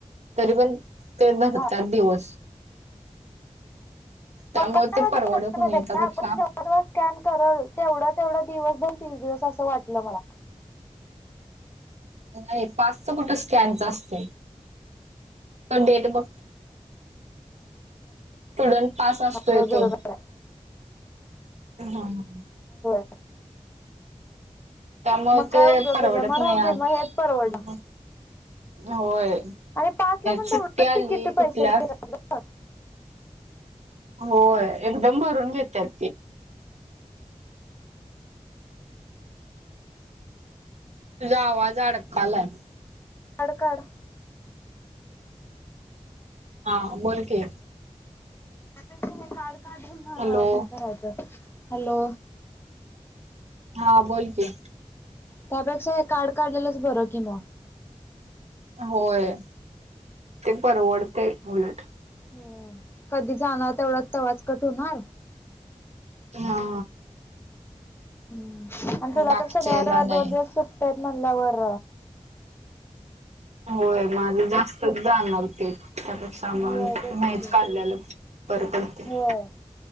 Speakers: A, on the right; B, on the left.
A: तरी पण ते धरतात
B: हा
A: दिवस <unintelligible>
B: मग ना
A: ते
B: आपण
A: परवडत नाही त्यापेक्षा
B: जेव्हा जेव्हा स्कॅन करल तेवढा तेवढा दिवसन तीस दिवस असं वाटलं मला
A: नाही पासच कुठ स्कॅनच असत फक्त डेट ब स्टुडंट पास असतोय
B: होय, बरोबर
A: तो
B: आहे
A: हा ह
B: ह्ह्ह
A: त्यामुळे
B: मग
A: ते
B: काय उपयोग
A: परवडत
B: झाला मग
A: नाही
B: राहू दे मग हेच परवडणार
A: यार होय
B: आणि पास ला पण
A: सुट्टी
B: तेवढंच
A: आली
B: तिकीटच ते पैसे
A: कुठल्या
B: घेतात
A: होय एकदम भरून घेत्यात ते तुझ आवाज अडकालाय
B: कार्ड काढ
A: हा बोल की
B: त्यापेक्ष हे कार्ड काढून
A: हॅलो
B: हे करायचं हॅलो
A: हा बोल कि
B: त्यापेक्षा हे कार्ड काढलेलंच बरं कि म
A: होय ते परवडतय उलट
B: हो कधी जाणार तेवढात आवाज कट होणार
A: हा
B: हम्म आणि तुला
A: बाकीच्या
B: तर शनिवार
A: याला
B: रविवार
A: नाही
B: दोन दिवस सुट्ट म्हटल्यावर
A: होय माझी जास्तच दान लागते त्यापेक्षा मग
B: होय तेच
A: नाहीच
B: की
A: काढल्यालं बर पढतंय
B: होय